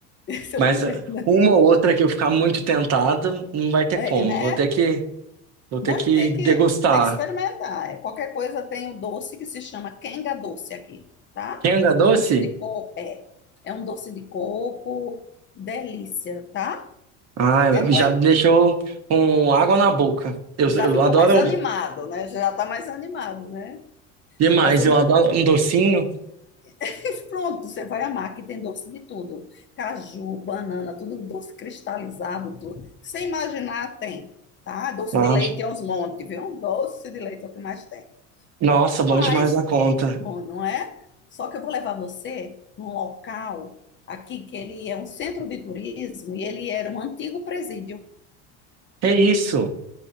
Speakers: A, on the left; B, on the right.
A: Isso é
B: Mas
A: o de medo,
B: ó,
A: né?
B: uma ou outra que eu ficar muito tentado, não vai ter
A: É,
B: como.
A: né?
B: Vou ter que, vou ter
A: Vai
B: que
A: ter que,
B: degustar.
A: ter que experimentar. É, Qualquer coisa tem o doce que se chama quenga doce aqui, tá?
B: Kenga doce?
A: Doce de coco, é. É um doce de coco, delícia, tá?
B: Ah,
A: Depois
B: já me deixou com água na boca. Eu,
A: já
B: eu
A: ficou
B: adoro
A: mais animado, né? Já tá mais animado, né?
B: demais,
A: Mas eu não...
B: eu adoro um docinho.
A: <laughs> pronto, você vai amar que tem doce de tudo. Caju, banana, tudo doce cristalizado, tudo. Sem imaginar tem, tá? Doce
B: Ah,
A: de leite é uns montes, viu? Doce de leite é o que mais tem.
B: nossa, bom
A: Mas
B: demais na conta.
A: Bom, não é? Só que eu vou levar você num local aqui que ele é um centro de turismo e ele era um antigo presídio.
B: É isso.